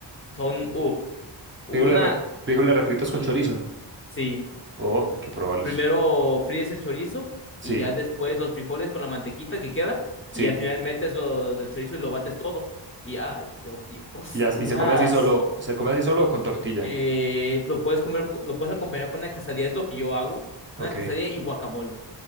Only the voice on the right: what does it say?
Frijoles, re- frijoles refritos con chorizo.
Oh, hay que probarlos.
Sí,
sí.
Y, ya,
y se come así solo, se come así solo o con tortilla.
Ok,